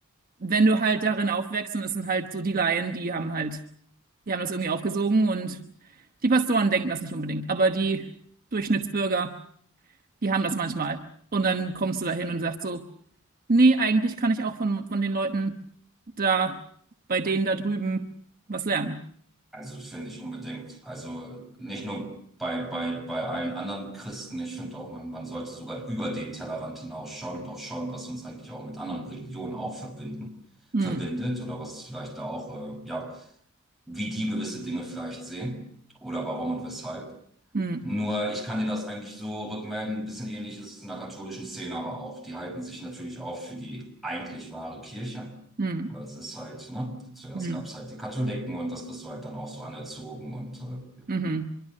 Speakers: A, on the right; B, in the centre.
A: wenn du halt darin aufwächst und es sind halt so die Laien, die haben halt, die haben das irgendwie aufgesogen und die Pastoren denken das nicht unbedingt, aber die. Durchschnittsbürger die haben das manchmal. Und dann kommst du da hin und sagst so, nee, eigentlich kann ich auch von, von den Leuten da, bei denen da drüben was lernen.
B: Also das finde ich unbedingt. Also nicht nur bei, bei, bei allen anderen Christen. Ich finde auch, man, man sollte sogar über den Tellerrand hinausschauen und auch schauen, was uns eigentlich auch mit anderen Religionen auch verbinden,
A: Hm,
B: verbindet oder was vielleicht da auch, äh, ja, wie die gewisse Dinge vielleicht sehen oder warum und weshalb.
A: hm,
B: Nur ich kann dir das eigentlich so rückmelden, ein bisschen ähnlich ist es in der katholischen Szene aber auch. Die halten sich natürlich auch für die eigentlich wahre Kirche.
A: hm,
B: Weil es ist halt, ne, zuerst
A: hm,
B: gab es halt die Katholiken und das bist du halt dann auch so anerzogen und äh, ja.
A: mhm.